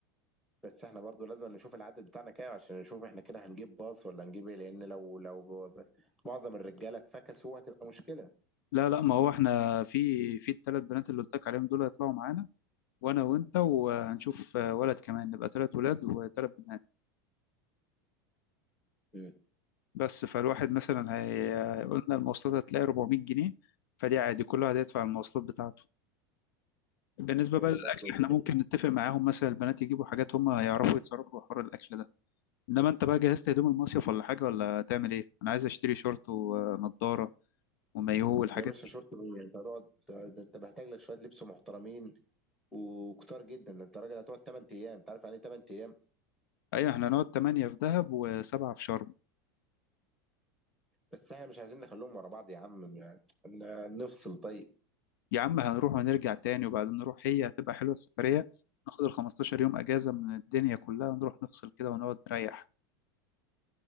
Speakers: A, in the centre; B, on the left.
A: بس احنا برضو لازم نشوف العدد بتاعنا كام عشان نشوف احنا كده هنجيب باص ولا هنجيب ايه لان لو لو ب- ب- معظم الرجاله فكسوا هتبقى مشكله
B: لا لا ما هو احنا في في الثلاث بنات اللي قلت لك عليهم دول هيطلعوا معانا وانا وانت وهنشوف ولد كمان نبقى ثلاث ولاد وثلاث بنات
A: مم.
B: بس فالواحد مثلا هي قلنا المواصلات هتلاقي 400 جنيه فدي عادي كل واحد هيدفع المواصلات بتاعته بالنسبة
A: طيب
B: بقى
A: والاكل
B: للأكل احنا ممكن نتفق معاهم مثلا البنات يجيبوا حاجات هم يعرفوا يتصرفوا في حوار الأكل ده إنما أنت بقى جهزت هدوم المصيف ولا حاجة ولا هتعمل إيه؟ أنا عايز أشتري شورت ونضارة ومايوه والحاجات
A: يا باشا
B: دي
A: شورت ايه انت هتقعد ده انت محتاج لك شويه لبس محترمين وكتار جدا ده انت راجل هتقعد 8 ايام انت عارف يعني ايه 8 ايام
B: أيوة احنا هنقعد تمانية في دهب وسبعة في شرم
A: بس احنا مش عايزين نخليهم ورا بعض يا عم يعني ن- نفصل طيب
B: يا عم هنروح ونرجع تاني وبعدين نروح هي هتبقى حلوة السفرية ناخد ال 15 يوم أجازة من الدنيا كلها نروح نفصل كده ونقعد نريح